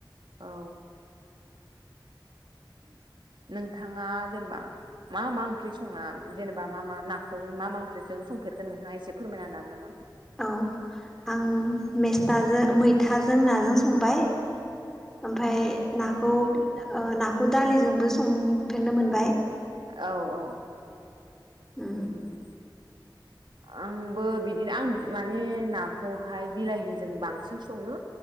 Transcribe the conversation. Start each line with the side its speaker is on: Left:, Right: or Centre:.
Right: औ। नोंथाङा जेनेबा मा मा ओंख्रि संङा जेनेबा मा मा नाखौ मा मा ओंख्रिजों स संफेरखो नोंथाङासे फोरमायनो हागोन नामा?
Centre: औ आं मेस्थाजों मैथाजों नाजों संबाय ओमफाय नाखौ ओ नाखौ दालिजोंबो संफेरनो मोन
Right: औ औ।
Centre: औ
Right: इदिनो। आंबो बिदिनो आं माने नाखौहाय बिलाहिजों बांसिन सङो।